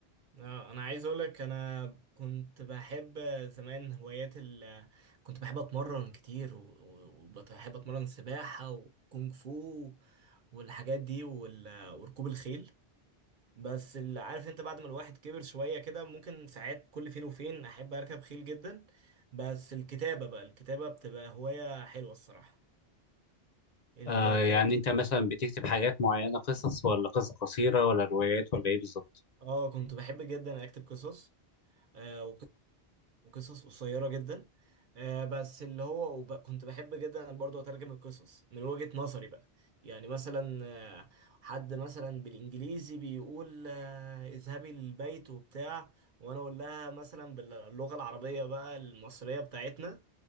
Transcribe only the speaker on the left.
آه يعني انت مثلا بتكتب حاجات معينة قصص ولا قصص قصيرة ولا روايات ولا ايه بالظبط